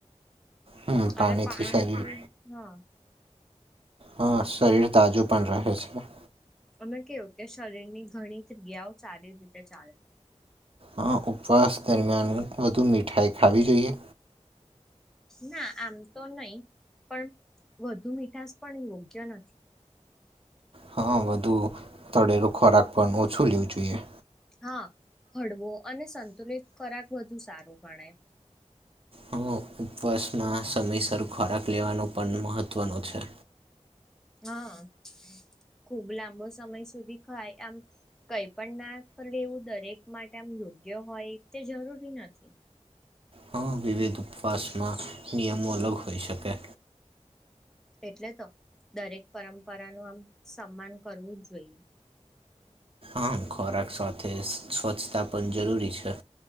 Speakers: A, on the right; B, in the centre.
A: હમ
B: અને પાણીથી
A: શરીર
B: હા,
A: હા શરીર તાજું પણ રહે છે.
B: અમે કેવું કે શરીર ની ઘણી ક્રિયાઓ સારી રીતે ચાલે.
A: હઅ ઉપવાસ દરમિયાન વધુ મીઠાઈ ખાવી જોઈએ.
B: ના આમ તો નહી, પણ વધુ મીઠાસ પણ યોગ્ય નથી.
A: હા બધું તડેરો ખોરાક પણ ઓછું લેવું જોઈએ.
B: હા હળવો અને સંતુલિત ખોરાક બધુ સારું ગણાય.
A: હ ઉપવાસમાં સમયસર ખોરાક લેવાનું પણ મહત્વનો છે.
B: હન. ખુબ લાંબો સમય સુધી ખાય, આમ કઈ પણ ના લેવું દરેક માટે આમ યોગ્ય હોય તે જરૂરી નથી.
A: હા વિવેિધ ઉપવાસમાં નિયમો અલગ હોઈ શકે
B: એટલે તો દરેક પરંપરા નું આમ સન્માન કરવું જ જોઈએ.
A: આમ ખોરાક સાથે સ્વચ્છતા પણ જરૂરી છે.